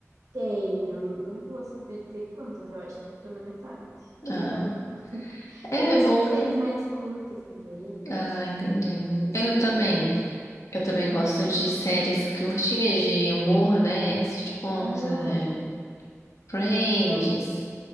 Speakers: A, on the right; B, on the left.
A: tem, eu não vou saber dizer quantas, eu acho que eu tô na metade. Queria
B: Ah,
A: estar no fim. <laughs>
B: é
A: Eu gosto
B: bom
A: de
B: que.
A: séries mais curtas também, gosto
B: Ah, entendi.
A: de coisas
B: Eu
A: assim,
B: também.
A: mais.
B: Eu também gosto de séries curtinhas de humor, né? Sitcoms,
A: Aham,
B: é, Friends,
A: eu.